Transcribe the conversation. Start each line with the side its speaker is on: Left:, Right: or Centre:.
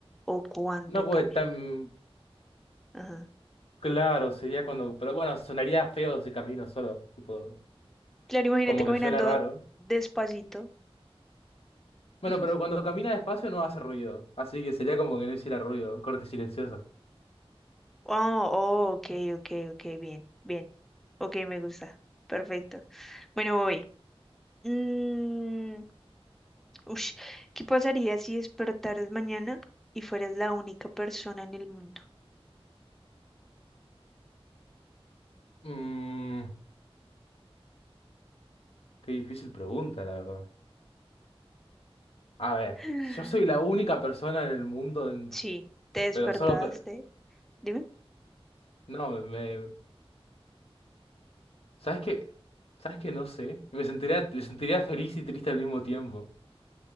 Centre: o cuando
Left: No puede
Centre: caminas.
Left: tan
Centre: Ajá.
Left: claro, sería cuando. Pero bueno, sonaría feo si camino solo. tipo,
Centre: Claro, imagínate
Left: como que
Centre: caminando
Left: suena raro.
Centre: despacito.
Left: Bueno,
Centre: <laughs>
Left: pero cuando camina despacio no hace ruido. Así que sería como que no hiciera ruido. Corte silencioso.
Centre: Oh, oh, ok, ok, ok, bien, bien. Ok, me gusta. Perfecto. Bueno, voy. Mm, ush, ¿qué pasaría si despertaras mañana y fueras la única persona en el mundo?
Left: Mmm, qué difícil pregunta, la verdad. A ver,
Centre: <sighs>
Left: si yo soy la única persona en el mundo en
Centre: Sí, te despertaste.
Left: Pero solo... pe-
Centre: Dime,
Left: No, me... ¿Sabes qué? ¿Sabes qué? No sé. Me sentiría, me sentiría feliz y triste al mismo tiempo.